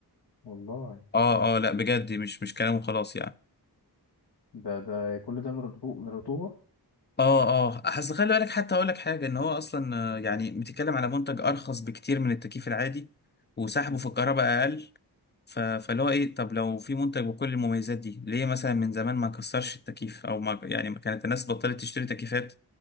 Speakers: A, on the left; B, on the left.
A: والله
B: اه اه لا بجد مش مش كلام وخلاص يعني
A: ده ده كل ده من الرطو- من الرطوبه
B: اه اه اصل خلي بالك حتى اقول لك حاجه ان هو اصلا آه، يعني بتتكلم على منتج ارخص بكتير من التكييف العادي وسحبه
A: مم.
B: في الكهرباء اقل ف... فاللي هو ايه طب لو في منتج بكل المميزات دي ليه مثلا من زمان ما كسرش التكييف او ما يعني ما كانت الناس بطلت تشتري تكييفات